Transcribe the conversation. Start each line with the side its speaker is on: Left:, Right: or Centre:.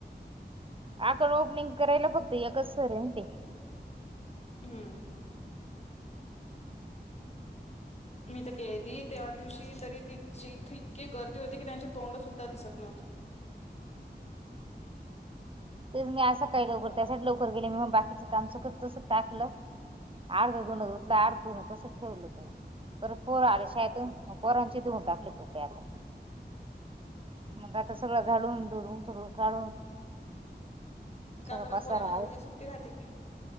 Right: आपकण ओपनिंग करायला फक्त एकच सर आहे ना ते
Left: हम. मी तर गेली त्या दिवशी तरी तिची इथ इतकी गर्दी होती की त्यांचे तोंड सुद्धा दिसत नव्हते.
Right: तेच मी असं काही लवकर त्यासाठी लवकर गेले मी मग बाकीचं काम सग तस टाकलं. अर्धा दोनलं अर्ध दोन तसंच ठेवलं हो ते परत पोरं आले शायेत पोरांचे धुऊन टाकले कपडे आता मग आता सगळं धडून धुडून सगळं काढून
Left: का
Right: सगळं
Left: बरा
Right: पसारा
Left: पोर आणला काय उद्या सुट्टी राहते का?